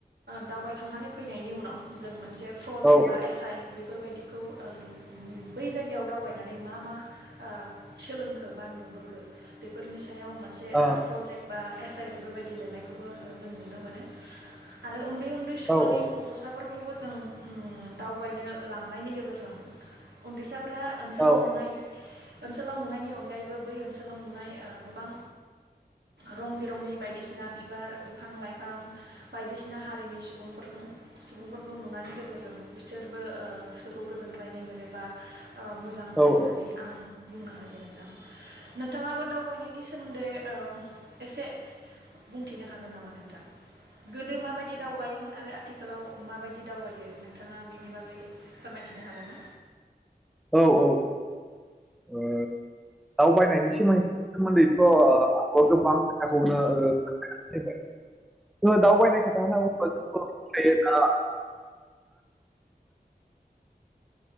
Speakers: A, on the right (about 85°); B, in the centre.
A: दावबायखांनानै फैनायनि उनाव जों मोनसे प्रजेक्ट
B: औ
A: बा एस आइ बेफोरबायदिखौ उम बै जायगायाव दावबायनानै मा मा ओ सोलोंखो बा नुबोखो बेफोरनि सा याव मोनसे
B: औ
A: प्रजेक्ट बा एस जाय बेफोरबायदि लिरनायखौबो जों नुनो मोनो आरो उन्दै उन्दै स्कुलनि
B: औ
A: गथ'साफोर खौबो जों दावबायनो लांनायनि गेजेरजों उन्दै साफ्रा ओनसोलाव
B: औ
A: ओनसोलाव नुनायनि अनगायैबो बै ओनसोलाव नुनाय ओ गोबां रं बिरंनि बायदिसिना बिबार बिफां लाइफां बायदिसिना हारिनि सुबुंफोर सुबुंफोरखौ नुनायनि गेजेरजों बिसोरबो ओ गोसोखौ गोजोनग्लायनाय मोनो बा मोजां होननानै
B: औ
A: आं बुंनो हायो नोंथां नोंथाङाबो दावबायनायनि सोमोन्दै एसे बुंथिनो हागोन नामा नोंथां गोदो माबायदि दावबायोमोन आरो आ थिखालाव माबायदि दावबायो नोंथाङा बेनि बागै फोरमायथिनो हागोन ना
B: औ औ ओ दावबायनायनि सोमोन्दैथ' आ गोबां खोथाखौनो ओ जोङो दावबायनाय खोथा होनना बुङोबा दा